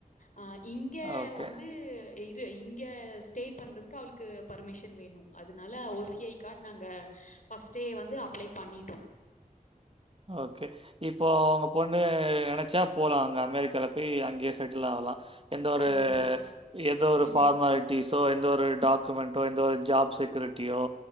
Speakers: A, on the left; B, on the right.
A: அ இங்க
B: ஓகே.
A: வந்து இப் இங்க ஸ்டே பண்றதுக்கு அவளுக்கு பர்மிஷன் வேணு அதனால ஓ சி ஐ கார்ட் நாங்க ஃபஸ்ட்டே வந்து அப்ளை பண்ணிட்டோ
B: ஓகே இப்போ உங்க பொண் ணு நெனச்சா போலா அங்க அமெரிக்கால போய் அங்கே செட்ல் ஆவலா எந்த ஒரு
A: கண்டிப்பா.
B: எந்த
A: சூப்பர்.
B: ஒரு
A: ம்ஹ்ம்.
B: ஃபார்மாலிட்டிஸோ எந்த ஒரு டாக்குமெண்டோ எந்த ஒரு ஜாப் செக் கிரிடியோ